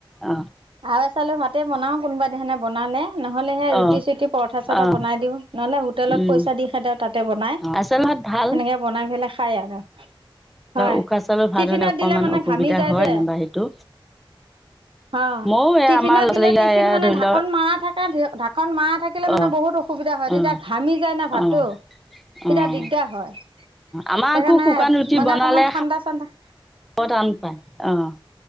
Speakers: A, in the centre; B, on the right.
A: অ'
B: আৰু চাউলৰ ভাতে বনাও, কোনোবা দিনা বনালে নহ'লে সে ৰুটি-চুটি,
A: অ'
B: পৰঠা-চৰঠা
A: অ'
B: বনাই দিও নহ'লে হোটেলত
A: উম
B: পইচা পইচা দি খাইদিও আৰু তাতে বনাই,
A: আচল ভাত ভাল
B: সেনেকে বনাই পেলাই খায় আৰু হয়,
A: উশাহ চোশাহ ভাল
B: টিফিনত
A: হ'লে অকণমান
B: দিলে মানে
A: অসুবিধা
B: ঘামি যায়
A: হয়
B: যে
A: যেনিবা সেইটো
B: অ'
A: ময়ো এই
B: টিফিনত
A: আমাৰ ল'ৰা
B: দিলে,
A: ছোৱালীকেইটা
B: টিফিন
A: এয়া
B: মানে
A: ধৰি
B: ঢাকন
A: লওক
B: মৰা থাকে ঢাকোন ধাকন মাৰা থাকিলে
A: অ'
B: মানে বহুত অসুবিধা হয়,
A: অ'
B: তেতিয়া ঘামি যায় না ভাতটো
A: অ' অ'
B: এতিয়া দিগদাৰ হয়,
A: আমাৰ
B: সেইকাৰণে
A: আকৌ শুকান ৰুটি
B: মানে
A: বনালে
B: অকমান ঠাণ্ডা-চাণ্ডা
A: খাব টান পায় অ'